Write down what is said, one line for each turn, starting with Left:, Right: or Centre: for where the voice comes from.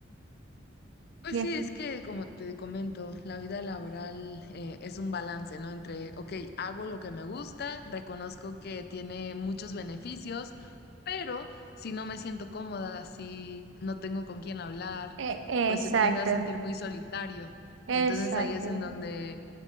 Left: pues
Right: Bien.
Left: sí, es que como te comento, la vida laboral eh, es un balance, ¿no? Entre, ok, hago lo que me gusta, reconozco que tiene muchos beneficios, pero si no me siento cómoda, si no tengo con quién hablar,
Right: E- exacto,
Left: pues se tiende a sentir muy solitario.
Right: exacto.
Left: Entonces ahí es en donde